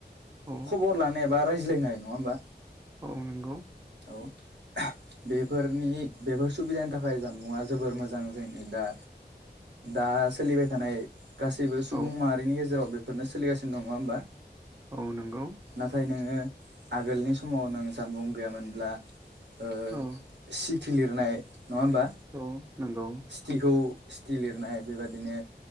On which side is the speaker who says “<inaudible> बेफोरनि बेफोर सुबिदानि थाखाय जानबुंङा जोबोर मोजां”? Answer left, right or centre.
Right